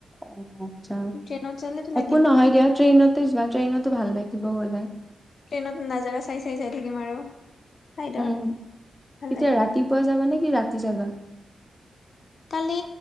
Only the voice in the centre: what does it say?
অ' আচ্ছা,
একো নহয়
দিয়া ট্ৰেইনতে যোৱা। ট্ৰেইনতো ভাল লাগিব গ'লে।
উম।
এতিয়া
ৰাতিপুৱা যাবা নে কি, ৰাতি যাবা?